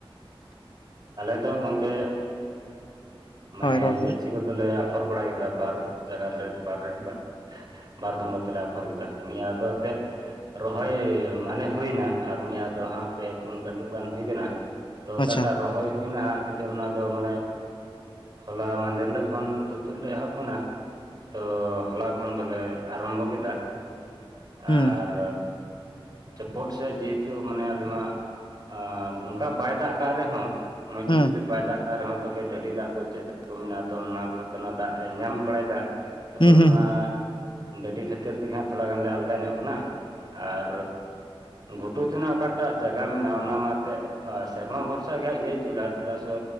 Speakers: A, on the right; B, on the left.
A: ᱟᱞᱮ ᱫᱚ ᱜᱚᱢᱠᱮ ᱢᱟᱱᱮ
B: ᱦᱳᱭ ᱨᱚᱲ ᱵᱮᱱ
A: ᱜᱟᱪᱷᱤ ᱠᱚᱫᱚ ᱞᱮ ᱟᱯᱷᱚᱨ ᱵᱟᱲᱟ ᱠᱮᱫᱟ ᱾ ᱵᱟᱨ ᱡᱟᱭᱜᱟ ᱨᱮ ᱵᱟᱨ ᱨᱮ ᱵᱟᱨ ᱵᱟᱨ ᱫᱷᱚᱢᱟ ᱛᱮᱞᱮ ᱟᱯᱷᱚᱨ ᱠᱮᱫᱟ ᱾ ᱱᱤᱭᱟᱹ ᱫᱷᱟᱣ ᱛᱮᱫ ᱨᱚᱦᱚᱭ ᱢᱟᱱᱮ ᱦᱩᱭ ᱮᱱᱟ ᱟᱨ ᱢᱤᱭᱟ ᱫᱚ ᱦᱟᱸᱜ ᱯᱮ ᱯᱩᱱ ᱠᱟᱹᱴᱩᱵ ᱜᱟᱱ ᱦᱩᱭ ᱠᱟᱱᱟ ᱾ ᱛᱚ ᱚᱠᱟᱴᱟᱜ
B: ᱟᱪᱪᱷᱟ
A: ᱨᱚᱦᱚᱭ ᱦᱩᱭ ᱮᱱᱟ ᱦᱟᱸᱜ, ᱛᱚᱵᱮ ᱚᱱᱟ ᱫᱚ ᱢᱟᱱᱮ ᱦᱚᱞᱟ ᱢᱟᱫᱮᱨ ᱦᱤᱞᱳᱜ ᱠᱷᱚᱱ ᱛᱩ-ᱛᱩᱫ ᱞᱮ ᱮᱦᱚᱵ ᱟᱠᱟᱱᱟ ᱾ ᱛᱚ ᱦᱚᱞᱟ ᱠᱷᱚᱱ ᱫᱚᱞᱮ ᱟᱨᱟᱢᱵᱚ ᱠᱮᱫᱟ
B: ᱦᱩᱸ
A: ᱟᱨ ᱪᱚᱯᱚᱫ ᱥᱮ ᱡᱮᱦᱮᱛᱩ ᱢᱟᱱᱮ ᱟᱞᱮ ᱢᱟ ᱟᱸ ᱚᱱᱠᱟ ᱵᱟᱭ ᱫᱟᱜ ᱟᱠᱟᱜ ᱨᱮᱦᱚᱸ ᱢᱚᱡᱽ ᱛᱮ
B: ᱦᱩᱸ
A: ᱡᱩᱫᱤ ᱵᱟᱭ ᱫᱟᱜ ᱠᱟᱜ ᱨᱮᱦᱚᱸ ᱛᱚᱵᱮ ᱰᱟᱹᱰᱤ ᱫᱟᱜ ᱠᱚ ᱪᱮᱫ ᱫᱟᱜ ᱠᱚ ᱢᱮᱱᱟᱜᱼᱟ ᱾ ᱛᱚ ᱚᱱᱟ ᱠᱚᱛᱮ ᱚᱱᱟ ᱫᱟᱜ ᱮ ᱧᱟᱢ ᱵᱟᱲᱟᱭ ᱮᱫᱟ ᱾ ᱛᱚᱵᱮ
B: ᱦᱩᱸ ᱦᱩᱸ
A: ᱚᱱᱟ ᱰᱟᱹᱰᱤ ᱠᱷᱟᱹᱛᱤᱨ ᱛᱮᱜᱮ ᱦᱟᱸᱜ ᱛᱷᱚᱲᱟ ᱜᱟᱱ ᱞᱮ ᱟᱞᱜᱟ ᱧᱚᱜ ᱠᱟᱱᱟ ᱾ ᱟᱨ ᱜᱷᱩᱴᱩ ᱛᱮᱱᱟᱜ ᱚᱠᱟᱴᱟᱜ ᱡᱟᱭᱜᱟ ᱢᱮᱱᱟᱜᱼᱟ, ᱚᱱᱟ ᱢᱟ ᱛᱮᱫ ᱥᱮᱨᱢᱟ ᱵᱷᱚᱨᱥᱟ ᱜᱮ ᱤᱭᱟᱹ <unintelligible> ᱪᱮᱫᱟᱜ ᱥᱮ